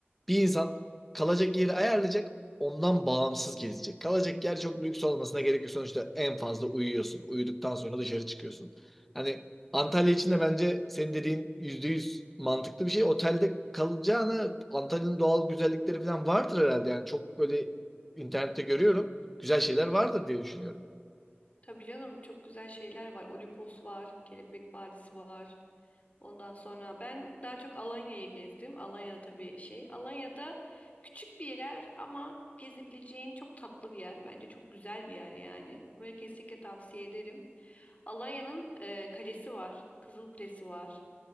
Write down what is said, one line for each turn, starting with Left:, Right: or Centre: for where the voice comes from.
Centre: bir insan kalacak yeri ayarlayacak, ondan bağımsız gezecek. Kalacak yer çok lüks olmasına gerek yok. Sonuçta en fazla uyuyorsun. Uyuduktan sonra dışarı çıkıyorsun. Hani Antalya için de bence senin dediğin %100 mantıklı bir şey. Otelde kalacağına Antalya'nın doğal güzellikleri falan vardır herhalde. Yani çok böyle internette görüyorum. Güzel şeyler vardır diye düşünüyorum.
Left: Tabii canım çok güzel şeyler var. Olimpos var, Kelebek Vadisi var. Ondan sonra ben daha çok Alanya'yı gezdim. Alanya'da tabii şey. Alanya'da küçük bir yer ama gezebileceğin çok tatlı bir yer. Bence çok güzel bir yer yani. Buraya kesinlikle tavsiye ederim. Alanya'nın e, kalesi var. Kızıl Kulesi var.